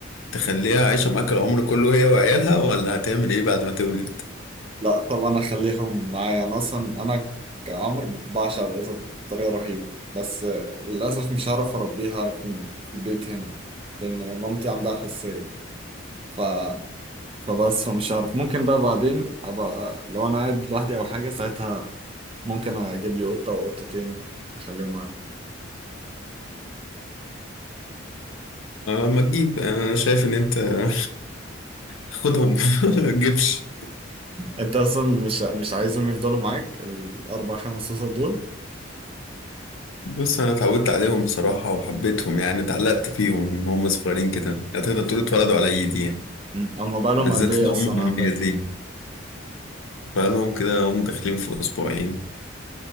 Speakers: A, on the left (about 80°); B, on the right (about 25°).
A: تخليها عايشة معاك العمر كله هي وعيالها ولا هتعمل ايه بعد ما تولد؟
B: لا طبعا أخليهم معايا أنا أصلا أنا كعمر بعشق القطط بطريقة رهيبة بس آه، للأسف مش هعرف أربيها في في البيت هنا لأن مامتي عندها حساسية ف... فبس فمش عارف ممكن بقى بعدين أبقى لو أنا قاعد لوحدي أو حاجة ساعتها ممكن أجيب لي قطة أو قطتين أخليهم معايا
A: أه ما تجيب آه، انا شايف ان انت <laughs> خدهم <laughs> ما تجيبش
B: انت اصلا مش مش عايزهم يفضلوا معاك الاربع خمس قصص دول
A: بص انا اتعودت عليهم بصراحة وحبيتهم يعني اتعلقت فيهم ان هم صغيرين كده هتقدر تقول اتولدوا على ايدي يعني
B: مم. اما بقى لهم
A: بالذات
B: قد ايه
A: ان هم
B: اصلا عندك
A: مميزين بقالهم كده هم داخلين في اسبوعين